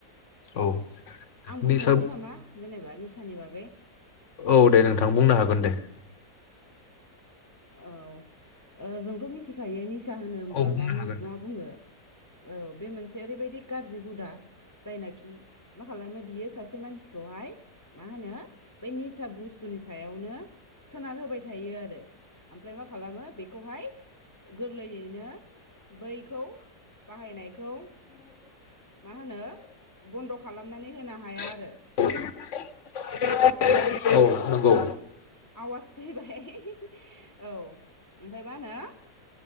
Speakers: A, on the left; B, on the left.
A: <inaudible>
B: औ
A: आं बुंनोसै
B: निसा औ
A: नामा जेनेबा निसानि बागै
B: औ दे नोंथां बुंनो हागोन दे
A: औ ओ जोंथ मिथिखायो सा होनो होमब्ला
B: औ बुंनो
A: मा
B: हागोन
A: मा बुङो औ बे मोनसे ओरैबायाददि गाज्रि हुदा जायनाखि मा खालामो बियो सासे मानसि खौहाय मा होनो बै निस सा बुस्थुनि सायावनो सोनार होबाय थायो आरो ओमफ्राय मा खालामो बेखौहाय गोरलैयैनो बैखौ बाहायनायखौ मा होनो बन्द खालामनानै होनो हाया आरो
B: <unintelligible> नंगौ
A: आवाज फैबाय औ ओमफ्राय मा होनो